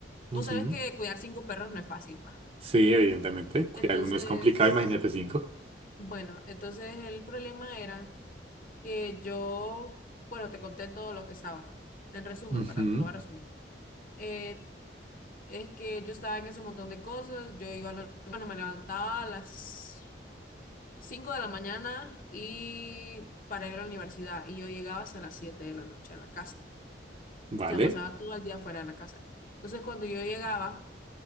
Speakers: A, on the left; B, on the right.
A: Vos
B: ujú.
A: sabés que cuidar cinco perros no es fácil, pa.
B: Sí, evidentemente. Cuidar
A: Entonces,
B: uno es complicado, imagínate cinco.
A: bueno, entonces el problema era que yo, bueno, te conté todo lo que estaba. En resumen,
B: Ujú.
A: ¿verdad? Te lo voy a resumir. Eh, es que yo estaba en ese montón de cosas. Yo iba, a la- bueno, me levantaba a las 5 de la mañana y para ir a la universidad. Y yo llegaba hasta las 7 de la noche a la casa.
B: Vale,
A: O sea, pasaba todo el día fuera de la casa. Entonces, cuando yo llegaba,